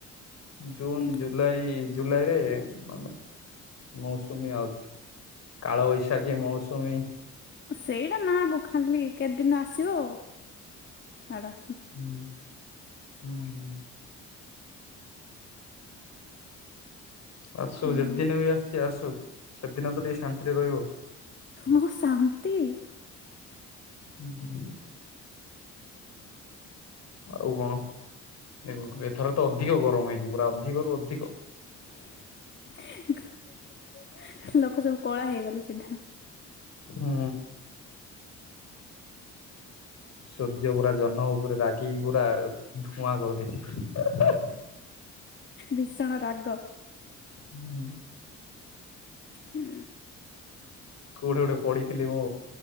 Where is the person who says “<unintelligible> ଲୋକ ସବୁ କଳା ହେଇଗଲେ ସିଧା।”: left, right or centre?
Left